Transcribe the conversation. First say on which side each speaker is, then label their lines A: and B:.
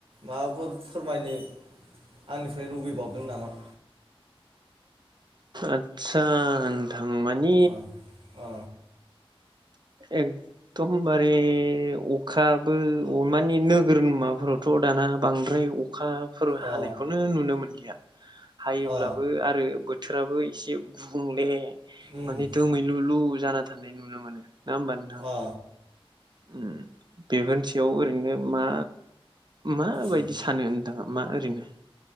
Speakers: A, on the right; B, on the right.
A: माबाफोर फोरमायनो आंनिफ्राय लुबैबावदों नामा
B: आतसा नोंथां मानि
A: अ अ
B: एकदमबारे अखाबो अ माने नोगोर माबाफोरावथ' दाना बांद्राय अ खाफोर हानायखौनो
A: अ
B: नुनो मोनलिया हायोब्लाबो
A: अ
B: आरो बोथ बोथोराबो एसे गु
A: उम
B: <unintelligible> माने दोमैलुलु जाना साननाय नुनो मोनो नङा होनबा नोंथां
A: अ
B: उम बेफोरनोस इयाव ओरैनो मा माबायदि
A: उम
B: सानो न नोंथाङा मा ओरैनो